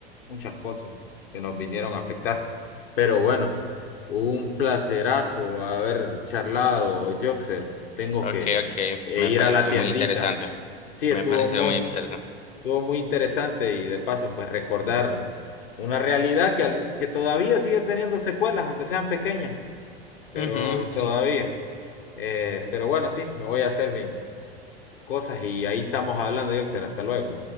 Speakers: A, on the left (about 60°); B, on the left (about 20°).
A: muchas cosas que nos vinieron a afectar. Pero bueno, un placerazo haber charlado, Joxer. Tengo
B: Ok,
A: que
B: ok,
A: eh,
B: me
A: ir
B: pareció
A: a la tiendita.
B: muy interesante.
A: Sí,
B: Me
A: estuvo
B: pareció
A: muy,
B: muy interesante.
A: estuvo muy interesante y de paso, pues recordar una realidad que, al- que todavía sigue teniendo secuelas, aunque sean pequeñas, pero
B: Ujú, sí.
A: todavía. Eh, pero bueno, sí, me voy a hacer mis cosas y ahí estamos hablando, Yoxer. Hasta luego.